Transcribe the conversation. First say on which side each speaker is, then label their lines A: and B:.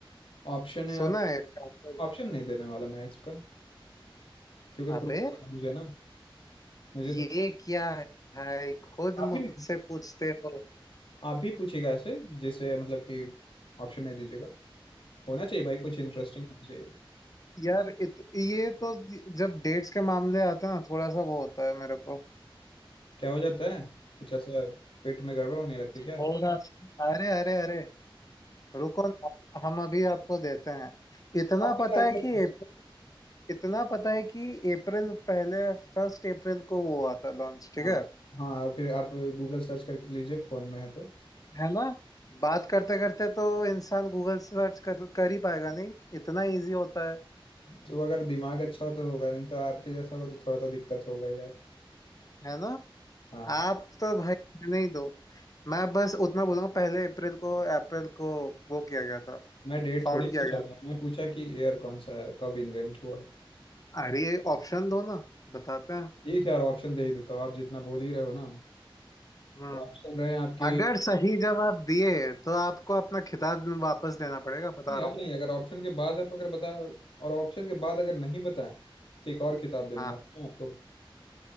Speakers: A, on the left; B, on the left.
A: ऑप्शन है
B: सुना
A: आप
B: है इसका आंसर?
A: ऑप्शन नहीं देने वाला मैं इसका क्योंकि प्रूफ
B: अबे
A: करना मुझे ना मुझे
B: ये
A: तो
B: क्या है भाई खुद
A: आप
B: मुझसे
A: ही नहीं
B: पूछते हो
A: आप ही पूछिएगा ऐसे जैसे मतलब कि ऑप्शन नहीं दीजिएगा होना चाहिए भाई कुछ इंटरेस्टिंग होना चाहिए
B: यार इत, ये तो जब डेट्स के मामले आते हैं ना थोड़ा सा वो होता है मेरे को
A: क्या हो जाता है कुछ ऐसा पेट में गड़बड़ होने लगती
B: थोड़ा
A: क्या <laughs>
B: अरे अरे अरे रुको ना, हम अभी आपको देते हैं इतना
A: आप क्या
B: पता
A: आंसर?
B: है कि एप- इतना पता है कि अप्रैल पहले फर्स्ट अप्रैल को वो हुआ था लॉन्च ठीक
A: हाँ
B: है
A: हाँ और फिर आप गूगल सर्च कर लीजिए फोन में है तो
B: है ना बात करते करते तो इंसान गूगल सर्च कर, कर ही पाएगा नहीं इतना इजी होता है
A: तो अगर दिमाग अच्छा हो तो होगा नहीं तो आपके जैसा होगा तो थोड़ा तो दिक्कत होगा यार
B: है ना
A: हाँ
B: आप तो भाई रहने ही दो मैं बस उतना बोलूंगा पहले अप्रैल को अप्रैल को वो किया गया था
A: मैं डेट
B: फाउंड
A: थोड़ी
B: किया
A: पूछा
B: गया था
A: था मैं पूछा कि ईयर कौन सा है कब इन्वेंट हुआ
B: अरे ये ऑप्शन दो ना बताते हैं
A: ठीक है यार ऑप्शन दे ही देता हूँ आप जितना बोल ही रहे हो ना
B: हम्म
A: तो ऑप्शन रहे आपके
B: अगर सही जवाब दिए तो आपको अपना खिताब वापस देना पड़ेगा बता
A: नहीं
B: रहा
A: अब
B: हूँ
A: नहीं अगर ऑप्शन के बाद आप अगर बताए और ऑप्शन के बाद अगर नहीं बताएं तो एक और किताब देने
B: हाँ
A: वाला हूँ आपको